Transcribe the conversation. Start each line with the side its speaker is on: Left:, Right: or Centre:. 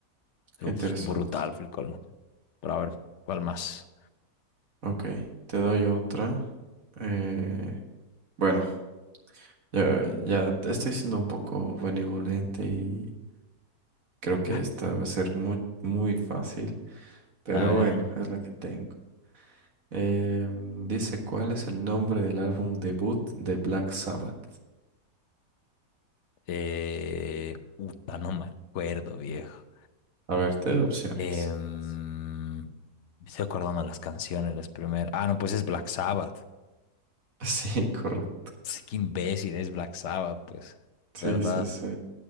Right: Qué
Left: Uf,
Right: interesante.
Left: brutal, Phil Collins. Pero a ver, ¿cuál más?
Right: Ok, te doy otra. Eh, bueno, ya, ya te estoy siendo un poco benevolente y creo
Left: <laughs>
Right: que esta va a ser muy, muy fácil, pero
Left: A ver.
Right: bueno, es la que tengo. Eh, dice, ¿cuál es el nombre del álbum debut de Black Sabbath?
Left: Eh, uta, no me acuerdo, viejo.
Right: A ver, te doy opciones.
Left: Em, me estoy acordando de las canciones, las primeras. Ah, no, pues es Black Sabbath.
Right: <laughs> Sí, correcto.
Left: Sí, qué imbécil, es Black Sabbath, pues.
Right: Sí,
Left: ¿Verdad?
Right: sí, sí.